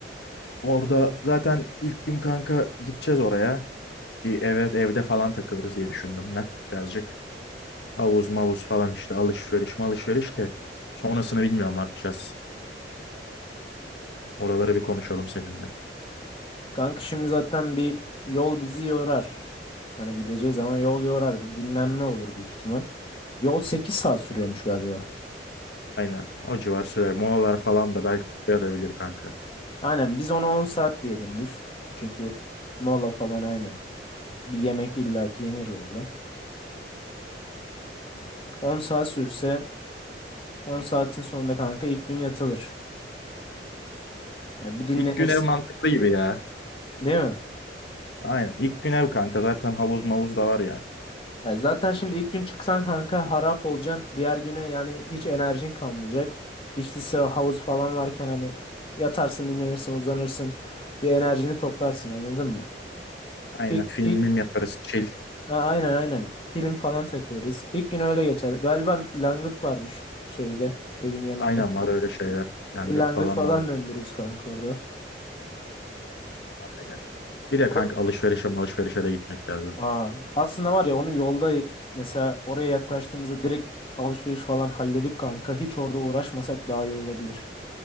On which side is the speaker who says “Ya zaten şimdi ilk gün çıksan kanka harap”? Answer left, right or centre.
Left